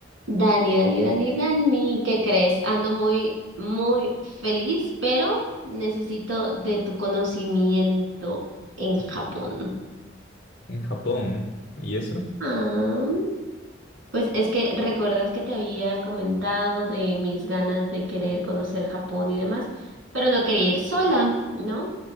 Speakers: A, on the right; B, on the left.
A: Dani, Dani, Dani, Dani, ¿qué crees? Ando muy, muy feliz, pero necesito de tu conocimiento en Japón.
B: En Japón. ¿Y eso?
A: Ah, pues es que recuerdas que te había comentado de mis ganas de querer conocer Japón y demás, pero no quería ir sola, ¿no?